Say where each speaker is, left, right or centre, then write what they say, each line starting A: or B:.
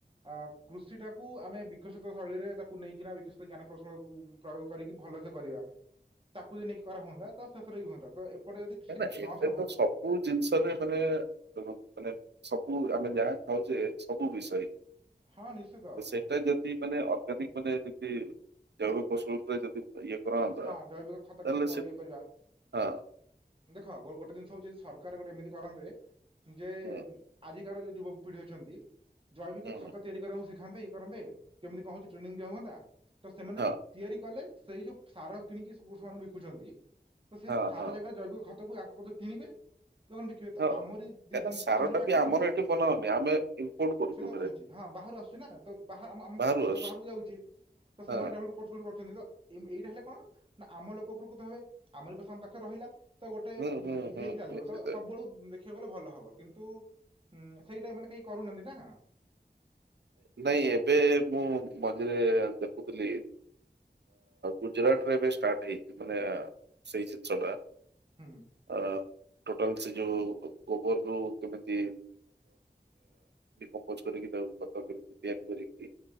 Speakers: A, on the right (about 30°); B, on the right (about 80°).
A: ଅ କୃଷି ଟାକୁ ଆମେ ବିକଶିତ ଶୈଳୀରେ ତାକୁ ନେଇକିନା ବିକଶିତ ଜ୍ଞାନ କୌଶଳକୁୁ ପ୍ରୟୋଗ କରିକି ଭଲ କରିବା ତାକୁ ଯଦି ନେଇକି କରା ହୁଅନ୍ତା ତ ସେଥିରେ ହୁଅନ୍ତା ତ ଏପଟେ ଯଦି କିଛି
B: କଁ
A: ନହବ
B: ଏବେ ତ ସବୁ ଜିନିଷରେ ମାନେ ମାନେ ସବୁ ଆମେ ଯା ଦୋଉଛ ସବୁ ବିଷୟ
A: ହଁ ନିଶ୍ଚିତ।
B: ତ ସେଇଟା ଯଦି ମାନେ ଅର୍ଗାନିକ ମାନେ ଯି ଜଳ ଫସଲରେ ଯଦି ଇଏ କରନ୍ତା
A: ହଁ ଜୈବିକ ଖତ
B: ତାହେଲେ
A: କେମିତି
B: ସେ
A: ଇଏ କରିବା।
B: ହଁ
A: ଦେଖ ଗୋଟେ ଜିନିଷ ହଉଛି ଯଦି ସରକାର ଗୋଟେ ଏମିତି କରନ୍ତେ ଯେ
B: ହୁଁ
A: ଆଜି ଯୋଉ ଯୁବ ପିଢି ଅଛନ୍ତି ଜୈବିକ
B: ହୁଁ
A: ଖତ ତିଆରି କରିବାକୁ ସେଠ ଖାନ୍ତେ ଇଏ କରନ୍ତେ କେମିତି କଣ ହଉଛି ଟ୍ରେନିଂ ଦ ହୁଅନ୍ତା ତ ସେମାନେ
B: ହଁ
A: ତିଆରି କଲେ ସେଇ ଯୋଉ ସାର କିଣିକି ସେ ପୁରୁଷ ମାନଙ୍କୁ ବିକୁଛନ୍ତି ତ ସେ
B: ହଁ
A: ସାର
B: ହଁ
A: ଜାଗାରେ ଜୈବିକ ଖତକୁଙ୍କତ କିଣିବେ ଲ ବିକିବେ ତ
B: ହଁ
A: ଆମରି
B: କାହିଁକିନା
A: ଦି ଜିନିଷ
B: ସାର
A: ଆମରି
B: ଟା
A: ପାଖରେ
B: ବି ଆମର
A: ରହିଲା
B: ଏଠି ବନାଉନି ଆମେ ଇମ୍ପୋର୍ଟ କରୁଛୁ
A: ସେଇଟା
B: ଫେରେ
A: କହୁଛି ହଁ। ବାହାରୁ ଆସୁଛି ନା ତ ବା ଆମ ଆମ
B: ବାହାରୁ
A: ପଇସାଟ
B: ଆସୁଛି
A: ବାହାରକୁ ଯାଉଛି ତ ସେମାନେଡେଭଲପ୍
B: ହଁ
A: କରୁ କରଛନ୍ତି ତ ଏଇଟା ହେଲେ କଣ ନା ଆମ ଲୋକ ଉପକୃତ ହେବେ ଆମର ପଇସା ଆମ ପାଖରେ ରହିଲା ତ ଗୋଟେ
B: ହୁଁ
A: ଉ
B: ହୁଁ ହୁଁ
A: ଇଏକ ଚାଲିବ
B: ନିଶ୍ଚିତ
A: ତ ସବୁଆଳୁ ଦେଖିବାକୁ ଗଲେ ଭଲ ହବ କିନ୍ତୁ ତୁ ସେଇଟା ମାନେ କେହି କରୁନାହାନ୍ତି ନା
B: ନାଇଁ ଏବେ ମୁଁ ମଝିରେ ଦେଖୁଥିଲି ଗୁଜୁରାଟ ରେ ଏବେ ଷ୍ଟାର୍ଟ ହେଇଛି ମାନେ ସେଇ ଜିନିଷ ଟା
A: ହୁଁ
B: ହଁ। ଟାଲ ସେ ଯୋଉ ଗୋବର ର କେମତି କମପୋସ କରିକି ତା ଆାନ କରିକି